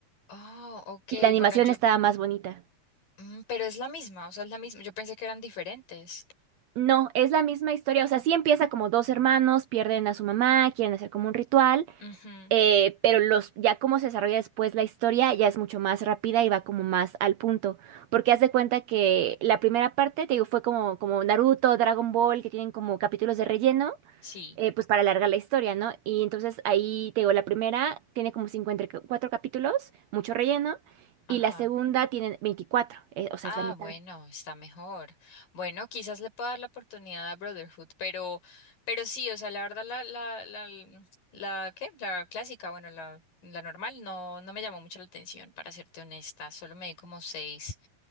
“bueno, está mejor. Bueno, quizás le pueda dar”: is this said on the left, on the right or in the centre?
Left